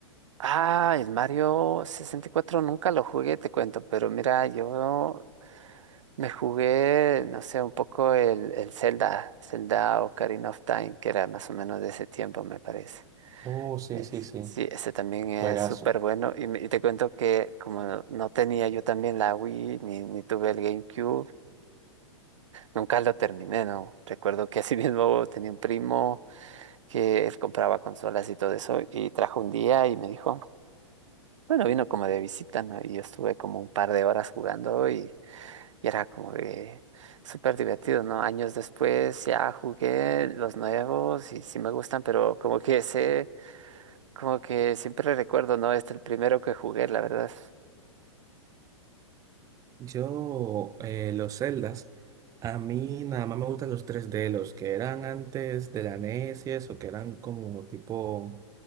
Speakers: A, on the right (about 70°); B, on the right (about 20°).
A: Ah, el Mario sesenta y cuatro nunca lo jugué, te cuento, pero mira, yo... Me jugué, no sé, un poco el, el Zelda, Zelda Ocarina of Time, que era más o menos de ese tiempo, me parece.
B: oh sí,
A: Es-
B: sí, sí.
A: sí, ese también es
B: Juegazo.
A: súper bueno. Y, me- y te cuento que como no, no tenía yo también la Wii, ni, ni tuve el GameCube, nunca lo terminé, ¿no? Recuerdo que así <laughs> mismo tenía un primo que él compraba consolas y todo eso, y trajo un día y me dijo, bueno, vino como de visita, ¿no? Y yo estuve como un par de horas jugando Y era como que súper divertido, ¿no? Años después ya jugué los nuevos y sí me gustan, pero como que sé, como que siempre recuerdo, ¿no? Este es el primero que jugué, la verdad.
B: Yo, eh, los Zeldas, a mí nada más me gustan los tres d los que eran antes de la NES y eso, que eran como tipo